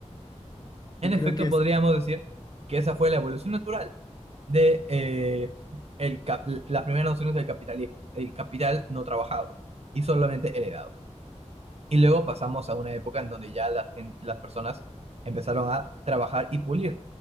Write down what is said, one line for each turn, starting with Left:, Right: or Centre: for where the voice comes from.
Right: En
Left: Yo creo
Right: efecto,
Left: que es,
Right: podríamos decir que esa fue la evolución natural de eh, el cap- las primeras nociones del capitalismo, el capital no trabajado y solamente heredado. Y luego pasamos a una época en donde ya la gen- las personas empezaron a trabajar y pulir